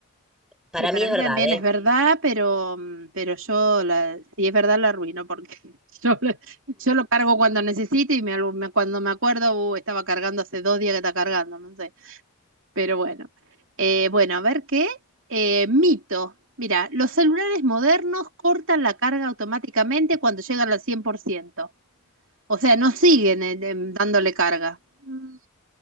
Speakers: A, in the centre; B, on the right (about 60°).
A: para
B: Sí, para
A: mí es
B: mí
A: verdad,
B: también
A: ¿eh?
B: es verdad, pero, mm, pero yo, la, si es verdad, la arruino porque <laughs> yo, lo- yo lo cargo cuando necesito y me, alu- me- cuando me acuerdo, "Uh, estaba cargando hace dos días que está cargando, no sé. Pero bueno. Eh, bueno, a ver qué. Eh, mito. Mira, los celulares modernos cortan la carga automáticamente cuando llegan al cien por ciento O sea, no siguen eh, eh, dándole carga. Mm,